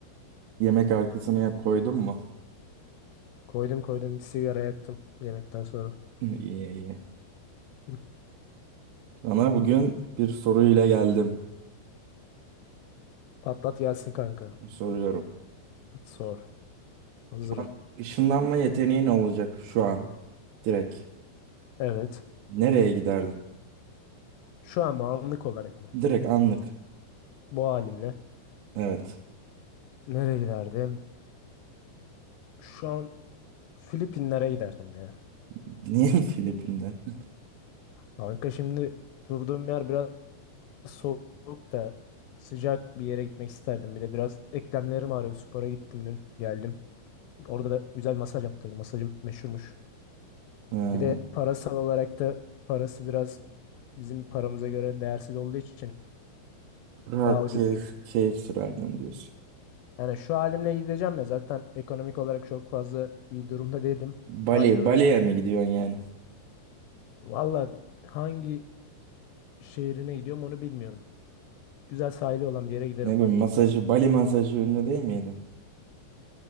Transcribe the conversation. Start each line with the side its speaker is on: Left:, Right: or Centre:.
Right: Yemek arkasını ya koydun mu?
Left: Koydum koydum bir sigara yaktım yemekten sonra.
Right: <laughs> İyi iyi.
Left: <laughs> Hı.
Right: Sana bugün bir soruyla geldim.
Left: Patlat gelsin kanka.
Right: Soruyorum.
Left: Sor. Hazırım.
Right: Şu an ışınlanma yeteneğin olacak şu an. Direkt.
Left: Evet.
Right: Nereye giderdin?
Left: Şu an mı, anlık olarak mı?
Right: Direkt anlık.
Left: Bu halimle.
Right: Evet.
Left: Nereye giderdim? Şu an Filipinlere giderdim ya.
Right: <laughs> Niye Filipinler? <laughs>
Left: Kanka şimdi durduğum yer biraz soğuk da sıcak bir yere gitmek isterdim. Bir de biraz eklemlerim ağrıyor. Spora gittim dün, geldim. Orada da güzel bir masaj yaptırdım. Masajım meşhurmuş.
Right: Ha,
Left: Bir de parasal olarak da parası biraz bizim paramıza göre değersiz olduğu için
Right: rahat
Left: daha ucuz
Right: keyif,
Left: gelir.
Right: keyif sürerdim diyorsun.
Left: Yani şu halimle gideceğim ya zaten ekonomik olarak çok fazla iyi durumda değilim.
Right: Bali,
Left: Anca oraya
Right: Bali'ye
Left: giderim.
Right: mi gidiyorsun yani?
Left: Valla hangi şehrine gidiyorum onu bilmiyorum. Güzel sahili olan bir yere giderim
Right: Ne
Left: fark
Right: bileyim masajı,
Left: etmez.
Right: Bali masajı ünlü değil miydi?